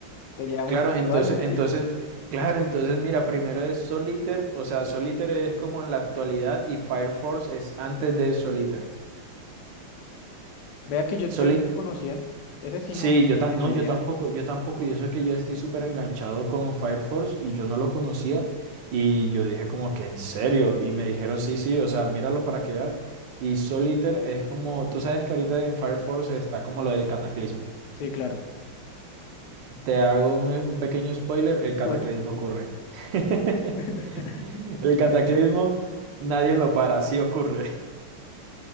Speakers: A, on the left; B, on the right.
A: teníamos
B: Claro,
A: cuatro
B: entonces,
A: años.
B: entonces,
A: <laughs>
B: claro, entonces mira, primero es Solitaire, o sea, Solitaire es como en la actualidad y Fire Force es antes de Solitaire.
A: Vea que yo, yo
B: Soli-
A: no lo conocía, ese sí
B: sí,
A: no, no
B: yo ta-
A: tenía
B: no,
A: ni idea.
B: yo tampoco, yo tampoco, y eso es que yo estoy súper enganchado con Fire Force y yo no lo conocía y yo dije como que en serio y me dijeron sí, sí, o sea, míralo para que veas. Y Solitaire es como, tú sabes que ahorita en Fire Force está como lo del cataclismo.
A: Sí, claro.
B: Te hago un un pequeño spoiler, el cataclismo
A: Uy,
B: ocurre. <laughs>
A: <laughs>
B: <laughs> El cataclismo, nadie lo para, sí ocurre.